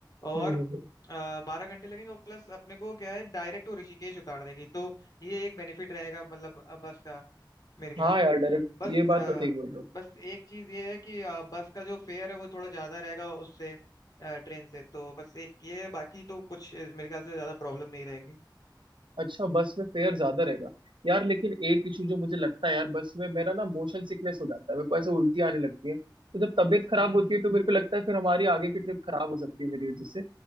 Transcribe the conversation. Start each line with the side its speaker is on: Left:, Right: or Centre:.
Left: और
Right: हम्म हम्म, हम्म।
Left: बारह घंटे लगेंगे और प्लस अपने को क्या है डायरेक्ट वो ऋषिकेश उतार देगी तो ये एक बेनिफिट रहेगा मतलब अ, बस का मेरे ख्याल
Right: हाँ
Left: से
Right: यार डायरेक्ट
Left: बस
Right: ये
Left: अ,
Right: बात तो ठीक बोल रहे हो
Left: बस एक चीज ये है कि अ, बस का जो फेयर है वो थोड़ा ज्यादा रहेगा उससे ट्रेन से तो बस एक ये है बाकी तो कुछ अ, मेरे ख्याल से ज्यादा प्रॉब्लम नहीं रहेगी
Right: अच्छा बस में फेयर ज्यादा रहेगा यार लेकिन एक इशू जो मुझे लगता है यार बस में मेरा ना मोशन सिकनेस हो जाता है मेरे को ऐसे उल्टी आने लगती है तो जब तबीयत खराब
Left: हम्म
Right: होती
Left: हम्म,
Right: है तो मेरे को लगता है फिर हमारी आगे की ट्रिप खराब हो सकती है मेरी वजह से